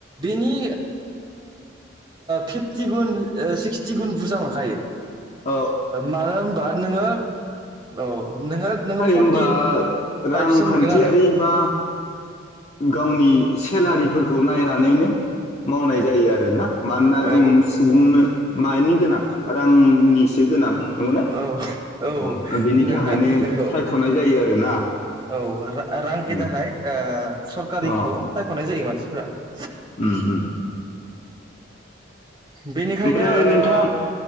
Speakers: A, on the right; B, on the left.
A: बेनि फिफ्टि गुन सिक्सटि गुन बुरजा मोनखायो
B: औ
A: मानो होनबा नोङो औ। नोङो नोङो
B: होनबा
A: फर्टि
B: रांखान्थियारि
A: फाइभसो मोनगोन आरो
B: बा गावनि सेलारिफोरखौ नायनानैनो मावनाय जायो आरो ना? मानोना
A: औ
B: जों सुबुंनो
A: औ
B: मानि गोनां रांनिसो गोनां नंगौना
A: औ औ
B: अ बिनि
A: नोंथां
B: थाखायनो
A: नंगौ
B: सायख'नाय जायो आरोना
A: औ रांनि
B: उम
A: थाखाय ओ सरकारिखौ
B: अ
A: सायख'नाय जायो मानसि <unintelligible>
B: उम उम
A: बेनिखायनो
B: ओमफ्राय
A: ओ
B: नोंथां